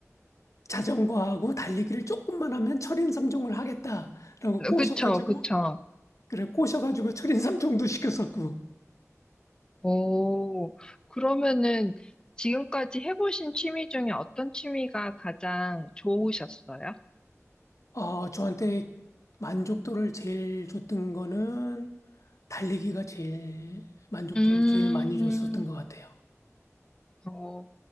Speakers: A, on the left; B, on the left.
A: 자전거하고 달리기를 조금만 하면 철인 삼종을 하겠다라고 꼬셔가지고
B: 그쵸, 그쵸.
A: 그래 꼬셔가지고 철인 삼종도 시켰었고
B: 오, 그러면은 지금까지 해보신 취미 중에 어떤 취미가 가장 좋으셨어요?
A: 어 저한테 만족도를 제일 줬던 거는 달리기가 제일 만족도를
B: 음,
A: 제일 많이 줬었던 것 같아요.
B: 어,